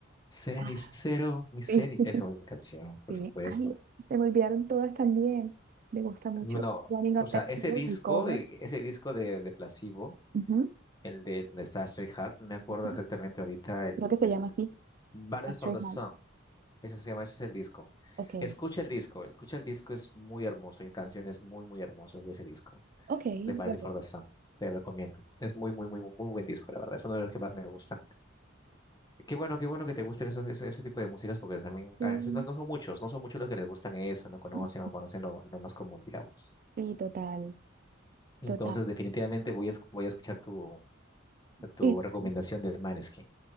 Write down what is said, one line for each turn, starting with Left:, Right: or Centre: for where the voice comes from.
Left: Cenicero,
Right: Ah,
Left: mi cenicero.
Right: sí, <laughs>
Left: Esa es mi canción, por
Right: sí.
Left: supuesto.
Right: Ay, se me olvidaron todas también. Me gusta mucho
Left: No,
Right: Running Up
Left: o sea,
Right: That
Left: ese
Right: Hill,
Left: disco,
Right: el cover.
Left: eh, ese disco de, de Placebo,
Right: Ujú,
Left: el de donde está Stray Heart, me acuerdo
Right: ujú.
Left: exactamente ahorita el,
Right: Creo que se
Left: el
Right: llama así,
Left: Battle
Right: Ashtray
Left: for the
Right: Heart.
Left: Sun. Eso se llama, ese es el disco.
Right: Ok,
Left: Escucha el disco, escucha el disco, es muy hermoso. Hay canciones muy, muy hermosas de ese disco,
Right: ok,
Left: de Battle
Right: lo haré.
Left: for the Sun. Te recomiendo. Es muy, muy, muy, muy buen disco, la verdad. Es uno de los que más me gustan. Qué bueno, qué bueno que te gusten esos, ese, ese tipo de músicas, porque también
Right: Sí,
Left: a veces no, no son muchos, no son muchos los que les gustan eso, no conocen
Right: ujú.
Left: o conocen lo, lo más común, digamos.
Right: Sí, total,
Left: Entonces,
Right: total.
Left: definitivamente voy a, esc- voy a escuchar tu, tu
Right: Igual.
Left: recomendación de Maneskin.